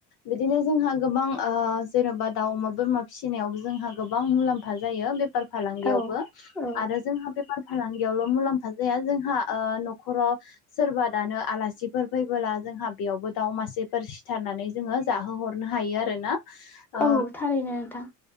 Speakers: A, on the left (about 50°); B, in the centre.
A: बिदिनो जोंहा गोबां जेन'बा दाउ अमा बोरमा फिसिनायावबो जोंहा गोबां मुलाम्फा जायो बे फार फालांगियावबो
B: औ औ
A: आरो जोंहा बेफार फालांगियावल' मुलाम्फा जाया जोंहा न'खराव सोरबा दानो आलासिफोर फैबोला जोंहा बेयावबो दाउ मासेफोर सिथारनानै जोङो जाहोहरनो हायो आरोना ओ
B: औ थारैनो नोंथां